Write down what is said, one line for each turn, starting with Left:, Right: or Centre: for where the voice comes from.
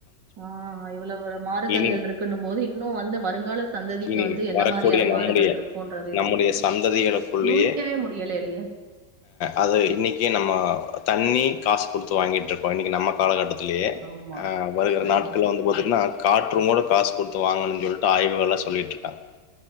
Right: ஆ இவ்வளவு மாறுதல்கள்
Left: இனி
Right: இருக்குனும் போது இன்னு வந்து வருங்கால சந்ததிக்கு
Left: இனி
Right: வந்து என்ன
Left: வரக்கூடிய
Right: மாரியான மாறுதல்
Left: நம்முடைய
Right: இருக்குன்றதே
Left: நம்முடைய
Right: தெரியல
Left: சந்ததிகளுக்குள்ளயே
Right: யூக்கவே முடியலையே
Left: அது இன்னைக்கே நம்ம தண்ணி காஸ் குடுத்து வாங்கிட்ருக்கோ இன்னைக்கி நம்ம காலகட்டத் த்திலயே
Right: ஆமா.
Left: ஆ வரு
Right: கண்டிப்பா.
Left: நாட்கள வந்து பாத்தீங்கன்னா ஆட் காற்றுங்கூட காஸ் குடுத்து வாங்குன் சொல்லிட்டு ஆய்வுகள சொல்லிட்ருக்காங்